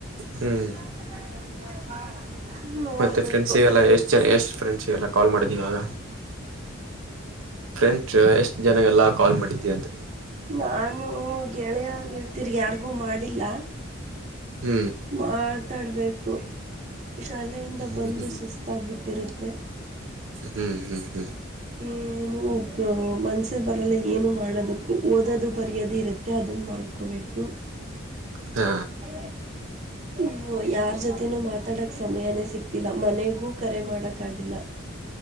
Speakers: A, on the right; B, on the right.
A: <unintelligible>
B: ಹ್ಮ್
A: ನೋಡಬೇಕು
B: ಮತ್ತೆ ಟಿಫಿನ್ ಸಿಗಲ್ಲ ಎಷ್ಟು ಫ್ರೆಂಡ್ಸಿಗೆ ಕಾಲ್ ಮಾಡಿದ್ದೀವಾಗ ಫ್ರೆಂಡ್ಸ್ಎಷ್ಟು ಜನಕ್ಕೆಲ್ಲ ಕಾಲ್ ಮಾಡಿದ್ದೀವಿ ಅಂತ
A: ನಾನು ಗೆಳೆಯ ಗೆಳತಿ ರಿಗೆ ಏನು ಮಾಡಿಲ್ಲ
B: ಹ್ಮ್
A: ಮಾತಾಡಬೇಕು ಶಾಲೆಯಿಂದ
B: ಹ್ಮ್
A: ಬಂದು ಸುಸ್ತು ಗೊತ್ತಾಗಿ ಬಿಟ್ಟಿರುತ್ತೆ
B: ಹ್ಮ್ ಹ್ಮ್ ಹ್ಮ್
A: ಏನೋ ನು ಮನಸೆಬರಲ್ಲ ಏನು ಮಾಡೋದುಕ್ಕು ಓದೋದು ಬರೆದಿರುತ್ತೆ ನನ್ನ ಮಾಡ್ಕೋಬೇಕು
B: ಹಾ
A: ಹ ಅಯ್ಯೋ ಯಾರ್ ಜೊತೆನೂ ಮಾತಾಡಕ್ ಸಮಯಾನೇ ಸಿಕ್ತಿಲ್ಲ ಮನೆಗೂ ಕರೆ ಮಾಡಕ ಆಗಿಲ್ಲ.